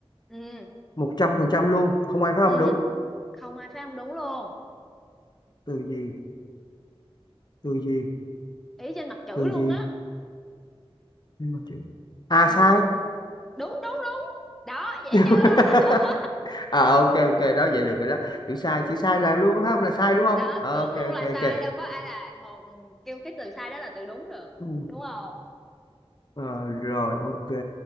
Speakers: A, in the centre; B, on the left.
A: ừ
B: một trăm phần trăm luôn, không ai phát
A: ừ
B: âm đúng.
A: không ai phát âm đúng luôn
B: Từ gì, từ gì,
A: ý trên mặt chữ
B: từ
A: luôn
B: gì.
A: á
B: Nhưng mà chữ... À
A: ừ
B: sai.
A: đúng đúng đúng đó vậy
B: <laughs>
A: chưa <laughs>
B: à ok ok đó vậy được rồi đó chữ sai chữ sai là luôn không là sai đúng không
A: đó
B: Ờ,
A: luôn
B: ok
A: luôn
B: ok
A: là
B: ok
A: sai đâu có ai là một kêu cái từ sai đó là từ đúng được
B: Ừ.
A: đúng không
B: Ờ, rồi ok